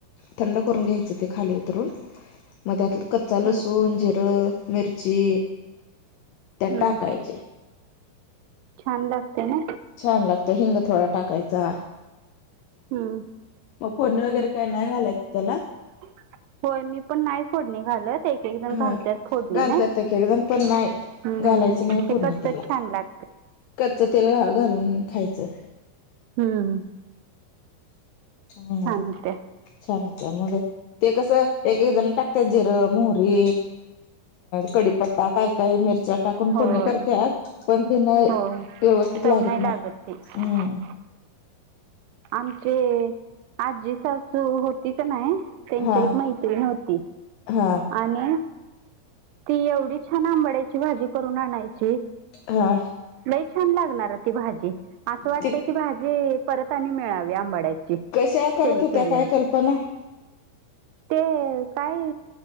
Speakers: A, on the left (about 85°); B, on the right (about 85°).
A: थंड करून घ्यायचं ते खाली उतरून म त्यातलं कच्चा लसूण
B: हम्म.
A: जिरं मिरची त्यात
B: हम्म
A: टाकायचे
B: छान लागते ना
A: छान लागतं हिंग थोडा टाकायचा हा.
B: हम्म.
A: मग फोडणी वगैरे काय नाही घालायचं त्याला
B: <unintelligible> होय मी पण नाही फोडणी घालत एक एक जण घालतत
A: हा
B: फोडणी
A: घालतात
B: नाही
A: एक एक जण पण नाही
B: हम्म.
A: घालायचं
B: ह चिरून
A: नाही
B: ते
A: फोडणी
B: कधी कधी
A: त्याला
B: छान लाग
A: कच्च तेल घा घालून खायचं.
B: हम्म.
A: हम्म
B: छान होते
A: छान होत मग ते कसं एक एक जण टाकतात जिरं मोहरी कडीपत्ता काय काय मिरच्या टाकून
B: होय
A: फोडणी करतत पण त्यांना
B: होय
A: व्यवस्थित
B: चव
A: लागत
B: नाही
A: नाय
B: ते
A: हम्म
B: <unintelligible> आमचे आजी सासू होती का नाही त्यांची
A: हा
B: एक मैत्रीण होती
A: हा
B: आणि ती एवढी छान आंबड्याची भाजी करून आणायची
A: हा
B: नाहीई छान लागणार ती भाजी असं वाटतय
A: ते
B: ती भाजी परत मिळावी आंबाड्याची
A: कशा करत
B: त्यांनी
A: होत्या
B: केले
A: काय कल्पना
B: ते काय